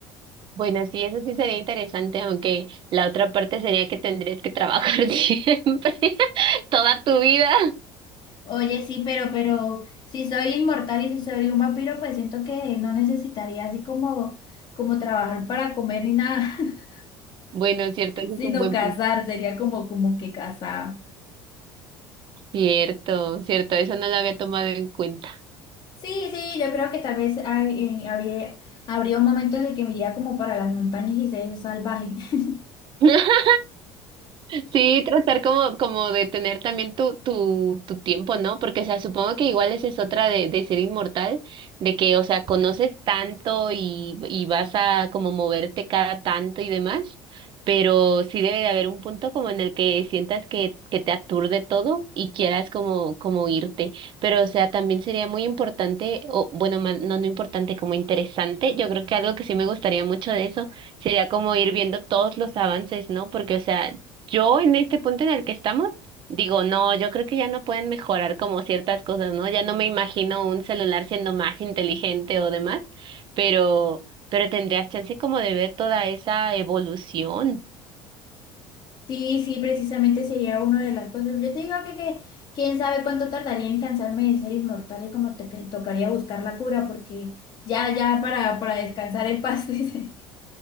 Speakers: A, on the right; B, on the left.
A: Bueno, sí, eso sí sería interesante, aunque la otra parte sería que tendrías que trabajar <laughs> siempre, <laughs> toda tu vida.
B: Oye, sí, pero, pero si soy inmortal y si soy un vampiro, pues siento que no necesitaría así como, como trabajar para comer ni nada, <laughs>
A: Bueno, cierto, eso es
B: sino
A: un buen
B: cazar,
A: punto.
B: sería como, como que cazar.
A: Cierto, cierto, eso no lo había tomado en cuenta.
B: Sí, sí, yo creo que tal vez hay- eh, había, habría un momento en el que me iría como para las montañas y ser salvaje. <laughs>
A: <laughs> Sí, tratar como, como de tener también tu, tu, tu tiempo, ¿no? Porque, o sea, supongo que igual esa es otra de, de ser inmortal, de que, o sea, conoces tanto y, y vas a como moverte cada tanto y demás, pero sí debe de haber un punto como en el que sientas que, que te aturde todo y quieras como, como irte. Pero, o sea, también sería muy importante, o bueno, ma- no, no importante, como interesante. Yo creo que algo que sí me gustaría mucho de eso sería como ir viendo todos los avances, ¿no? Porque, o sea, yo en este punto en el que estamos, digo, no, yo creo que ya no pueden mejorar como ciertas cosas, ¿no? Ya no me imagino un celular siendo más inteligente o demás, pero, pero tendrías chance como de ver toda esa evolución.
B: Sí, sí, precisamente sería una de las cosas. Yo te digo que, que quién sabe cuánto tardaría en cansarme de ser inmortal y como te, que tocaría buscar la cura porque ya, ya para, para descansar en paz. <laughs> dice.